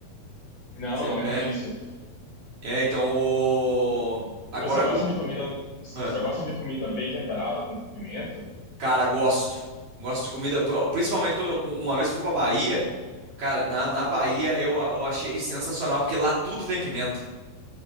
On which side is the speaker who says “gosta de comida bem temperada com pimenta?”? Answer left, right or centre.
Left